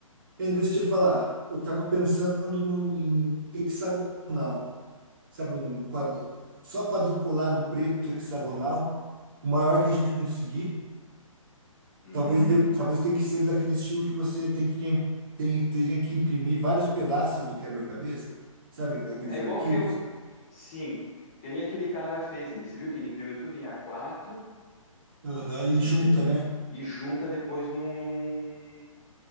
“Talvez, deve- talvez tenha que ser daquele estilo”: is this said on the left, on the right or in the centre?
Right